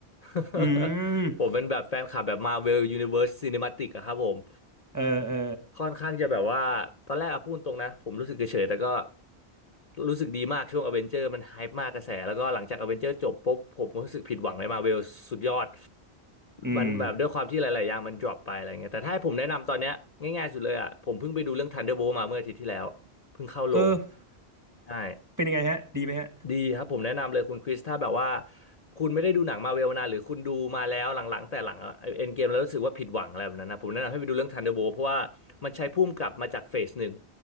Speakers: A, on the left; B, on the right.
A: <laughs>
B: อืม
A: ผมเป็นแบบแฟนคลับแบบมาเวลยูนิเว r ร์สซ n นิม t ติกอะครับผม
B: เออเออ
A: ค่อนข้างจะแบบว่าตอนแรกอะพูดตรงนะผมรู้สึกเฉยๆแต่ก็รู้สึกดีมากช่วงอเวนเจอร์มันไฮป์มากกระแสแล้วก็หลังจากอเวนเจอร์จบปุ๊บผมก็รู้สึกผิดหวังในมาเวลสุดยอด
B: อืม
A: มันแบบด้วยความที่หลายๆอย่างมันดรอปไปอะไรเงี้ยแต่ถ้าให้ผมแนะนำตอนเนี้ยง่ายๆสุดเลยอะผมเพิ่งไปดูเรื่อง Thunderbolt มาเมื่ออาทิตย์ที่แล้วเพิ่งเข้าโรง
B: เออ
A: ใช่
B: เป็นยังไงฮะดีไหมฮะ
A: ดีครับผมแนะนำเลยคุณคริสถ้าแบบว่าคุณไม่ได้ดูหนังมาเวลนานหรือคุณดูมาแล้วหลังๆแต่หลังเอ็นเกมแล้วรู้สึกว่าผิดหวังอะไรแบบนั้นนะผมแนะนำให้ไปดูเรื่องทันเดอร์โบเพราะว่ามันใช้พุ่มกลับมาจากเฟสหนึ่ง